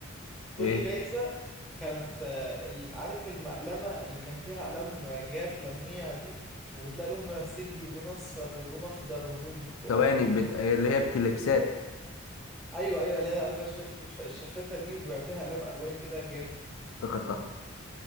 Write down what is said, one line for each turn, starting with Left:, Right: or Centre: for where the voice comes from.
Centre: كل
Left: ايه
Centre: جايزة كانت آه، ال- عارف المقلمة اللي كان فيها أقلام جاف لميع دي وتلاقي لون بنفسجي ولون أصفر ولون أخضر ولون برتقاني
Left: ثواني
Centre: وحاجات
Left: بت... آه، اللي هي بكليبسات
Centre: أيوه أيوه اللي هي العلبة الشفاف الشفافة دي وبيبقى فيها أقلام ألوان كده جاف
Left: افتكرتها